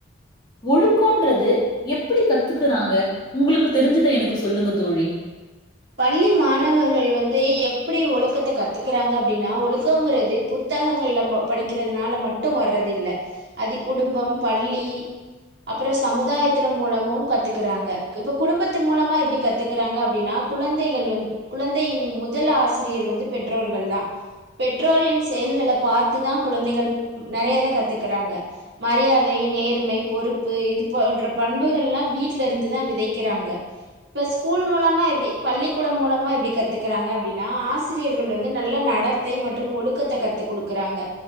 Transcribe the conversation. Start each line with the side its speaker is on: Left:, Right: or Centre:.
Left: ஒழுக்கொன்றது எப்டி கத்துக்குறாங்க உங்களுக்கு தெரிஞ்சத எனக்கு சொல்லுங்க தோழி
Right: பள்ளி மாணவர்கள் வந்து எப்டி ஒழுக்கத்த கத்துக்கறாங்க அப்டின்னா ஒழுக்கங்கறது பு த்தகங்கள்ல படிக்கறதுனால மட்டு வர்றது இல்ல அது குடும்ப பள்ளி அப்ற சமுதாயத்தின மூலமும் கத்துக்றாங்க இப்ப குடும்பத்து மூலமா எப்டி கத்துக்றாங்க அப்டின்னா குழந்தைகள் வந்து குழந்தையின் முதல் ஆசிரியர் வந்து பெற்றோர்கள் தா பெற்றோரின் செயல்கள பாத்துதா குழந்தைகள் நறையா இத கத்துகறாங்க மரியாதை நேர்மை பொறுப்பு இது போன்ற பண்புகள்ல்லா வீட்லருந்துதா விதைக்கறாங்க இப்ப ஸ்கூல் மூலமா எப்டி பள்ளிக்கூடம் மூலமா எப்டி கத்துக்குறாங்க அப்டின்னா ஆசிரியர்கள் வந்து நல்ல நடத்தை மற்றும் ஒழுக்கத்த கத்துக்குடு குறாங்க